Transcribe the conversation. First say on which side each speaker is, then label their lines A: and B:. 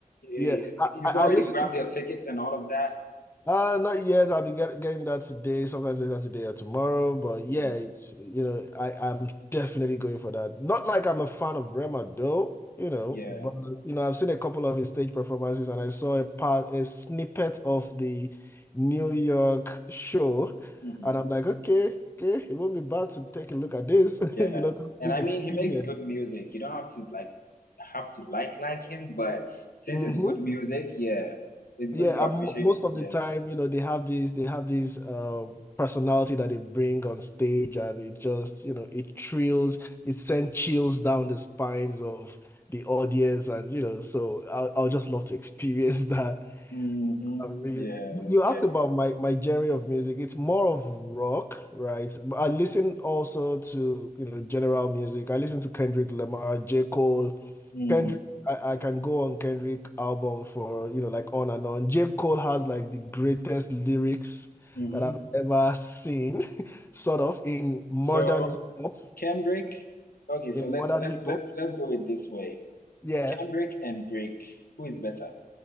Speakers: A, on the left (about 85°); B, on the left (about 15°).
A: Eh,
B: yeah. I,
A: You've
B: I
A: already
B: I listened
A: grabbed
B: to
A: your tickets and all of that.
B: Uh, not yet. I'll be get, getting that today, sometimes later today or tomorrow. But yeah,
A: Mm,
B: it's, you know, I, I'm definitely going for that. Not like I'm a fan of Rema though, you know,
A: yeah.
B: but you know, I've seen a couple of his stage performances and I saw a part, a snippet of the New York show,
A: hmm
B: and I'm like, okay, okay, it won't be bad to take a look at this,
A: Yeah.
B: <laughs> you know,
A: And
B: this
A: I
B: experience.
A: mean, he makes good music. You don't have to like have to like like him, but since
B: Mm-hmm.
A: it's good music, yeah, it's good
B: Yeah,
A: you
B: um,
A: appreciate.
B: most of
A: Yeah.
B: the time, you know, they have these they have these uh personality that they bring on stage and it just, you know, it thrills, it sends chills down the spines of the audience and you know, so I'll, I'll just love to <laughs> experience that.
A: hmm
B: I really,
A: Yeah.
B: you
A: Yes.
B: asked about my, my genre of music. It's more of rock, right? But I listen also to, you know, general music. I listen to Kendrick Lamar, J. Cole.
A: hmm
B: Kendrick, I, I can go on Kendrick album for, you know, like on and on. J. Cole has like the greatest lyrics
A: hmm
B: that I've ever seen, <laughs> sort of in modern
A: So
B: hip hop.
A: Kendrick. Okay,
B: In
A: so let's
B: modern
A: let's
B: hip
A: let's
B: hop.
A: let's go with this way.
B: Yeah.
A: Kendrick and Drake, who is better